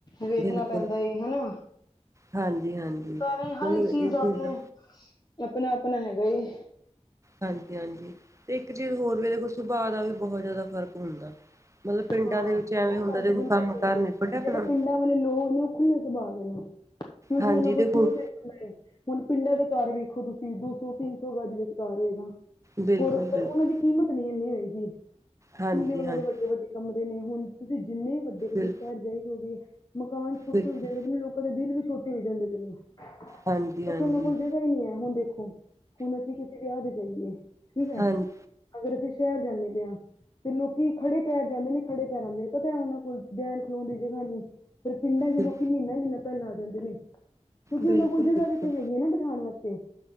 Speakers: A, on the left (about 35°); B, on the right (about 25°).
A: ਵੇਖਣਾ
B: ਬਿਲਕੁਲ
A: ਪੈਂਦਾ ਏ ਹਨਾ।
B: ਹਾਂਜੀ ਹਾਂਜੀ
A: ਸਾਰੇ ਹਰ
B: ਮਤਲਬ
A: ਇੱਕ ਚੀਜ਼
B: ਇਹ
A: ਆਪਣੇ
B: ਦਾ
A: ਅਪਣਾ-ਅਪਣਾ ਹੈਗਾ ਏ।
B: ਹਾਂਜੀ-ਹਾਂਜੀ ਤੇ ਇੱਕ ਚੀਜ਼ ਹੋਰ ਵੇ ਦੇਖੋ ਸੁਭਾਅ ਦਾ ਵੀ ਬਹੁਤ ਜ਼ਿਆਦਾ ਫ਼ਰਕ ਹੁੰਦਾ। ਮਤਲਬ ਪਿੰਡਾਂ
A: ਹਾਂ।
B: ਦੇ ਵਿੱਚ ਐਵੇਂ
A: ਐ
B: ਹੁੰਦਾ
A: ਗੱਲ
B: ਦੇਖੋ
A: ਤੇ ਬਿਲਕੁਲ
B: ਕੰਮ
A: ਸਈ
B: ਕਾਰ ਨਿਬੜਿਆ
A: ਐ। ਜਿਹੜੇ
B: ਆਪਣਾ
A: ਪਿੰਡਾਂ ਵਾਲੇ ਲੋਕ ਨੇ ਉਹ ਖੁੱਲੇ ਸੁਭਾਅ ਦੇ ਨੇ। <unintelligible>
B: ਹਾਂਜੀ ਦੇਖੋ
A: ਹੁਣ ਪਿੰਡਾਂ ਦੇ ਘਰ ਵੇਖੋ ਤੁਸੀਂ ਦੋ ਸੌ, ਤਿੰਨ ਸੌ ਗਜ ਵਿੱਚ ਘਰ ਹੋਏਗਾ।
B: ਬਿਲਕੁਲ
A: ਹੋਰ ਔਰ
B: ਬਿਲਕੁਲ
A: ਉਨਾਂ ਦੀ ਕੀਮਤ ਨੀ ਏਨੀ ਹੋਇਦੀ।
B: ਹਾਂਜੀ
A: ਖੁੱਲੇ ਉਨਾਂ
B: ਹਾਂਜੀ
A: ਦੇ ਵੱਡੇ-ਵੱਡੇ ਕਮਰੇ ਨੇ ਹੁਣ ਤੁਸੀਂ ਜਿੰਨੇ ਵਡ ਵਡੇ-ਵਡੇ
B: ਬਿਲ
A: ਸ਼ਹਿਰ ਜਾਈ ਜੋਗੇ ਮਕਾਨ ਛੋਟੇ
B: ਬਿਲਕੁਲ
A: ਹੋਈ ਜਾਂਦੇ ਵੀ ਲੋਕਾਂ ਦੇ ਦਿਲ ਵੀ ਛੋਟੇ ਹੋਈ ਜਾਂਦੇ ਪੇ ਨੇ। ਕਿਉਂਕਿ
B: ਹਾਂਜੀ ਹਾਂਜੀ
A: ਉਨਾਂ ਕੋਲ ਜਗ੍ਹਾ ਈ ਨੀ ਐ ਹੁਣ ਦੇਖੋ ਹੁਣ ਅਸੀਂ ਕਿਸੇ ਵਿਆਹ ਦੇ ਜਾਈਏ ਠੀਕ ਐ,
B: ਹਾਂਜੀ
A: ਅਗਰ ਅਸੀਂ ਸ਼ੈਰ ਜਾਣੇ ਪੇ ਆ ਤੇ ਲੋਕੀ ਖੜੇ ਪੈਰ ਜਾਂਦੇ ਨੇ ਖੜੇ ਪੈਰ ਆਂਦੇ ਨੇ ਪਤਾ ਐ ਉਨਾਂ ਕੋਲ ਬੈਨ ਖਲੋਣ ਦੀ ਜਗ੍ਹਾ ਨੀ ਪਰ ਪਿੰਡਾਂ ਚ
B: ਬਿਲ
A: ਲੋਕੀ ਮੀਨਾ-ਮੀਨਾ ਤਿੰਨ ਆ ਜਾਂਦੇ ਨੇ ਕਿਉਂਕਿ
B: ਬਿਲਕੁਲ
A: ਉਨਾਂ ਕੋਲ ਜਗ੍ਹਾ
B: ਬਿਲਕੁਲ
A: ਵੀ ਤੇ ਹੈਗੀ ਏ ਨਾ ਬਿਠਾਣ ਵਾਸਤੇ।